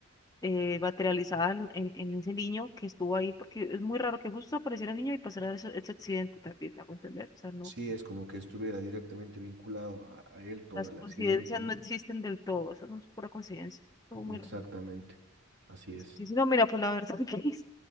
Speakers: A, on the left; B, on the right.
A: eh, materializada en, en- en ese niño que estuvo ahí, porque es muy raro que justo apareciera el niño y pasara ese, ese accidente también, ¿me hago entender? O sea, no,
B: Sí, es como que estuviera directamente vinculado a, a él todo
A: las
B: el
A: coincidencias
B: accidente, ¿no?
A: no existen del todo, eso no es pura coincidencia, estuvo muy
B: Exactamente,
A: raro.
B: así es.
A: Sí, sí, no, mira, pues la verdad que <laughs>